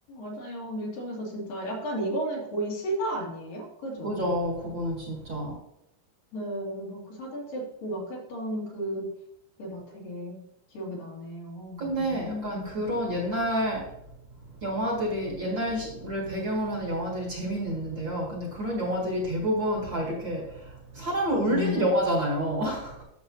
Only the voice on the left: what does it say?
맞아요. 밀정에서 진짜 약간 이거는 거의 실화 아니에요? 그죠?
네, 막 그 사진 찍고 막 했던 그, 그게 막 되게 기억이 나네요.
음.
음.